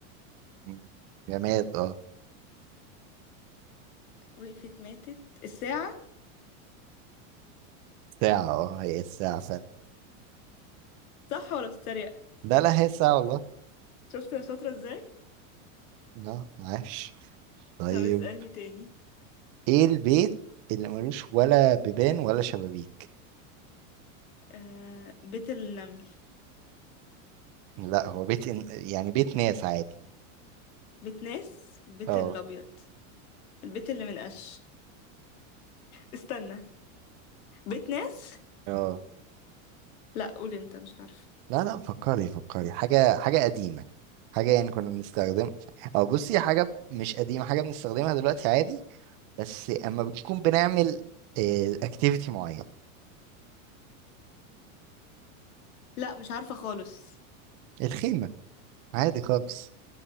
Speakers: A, on the right; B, on the left.
A: مم، جماد اه
B: وقفت ماتت الساعة
A: ساعة اه هي الساعة فعلا
B: صح ولا بتتريق
A: لا لا هي الساعة والله
B: شفت انا شاطرة ازاي
A: اه عاش طيب
B: طب اسألني تاني
A: ايه البيت اللي ملوش ولا بيبان ولا شبابيك
B: آه بيت النمل
A: لا هو بيت إن... يعني بيت ناس عادي
B: بيت ناس بيت
A: اه
B: الأبيض البيت اللي من قش استنى بيت ناس
A: اه
B: لا قول انت مش عارفة
A: لا لا فكري فكري حاجة حاجة قديمة حاجة يعني كنا بنستخدمها أو بصي حاجة مش قديمة حاجة بنستخدمها دلوقتي عادي بس أما بنكون بنعمل اكتيفيتي معين
B: لا مش عارفة خالص
A: الخيمة عادي خالص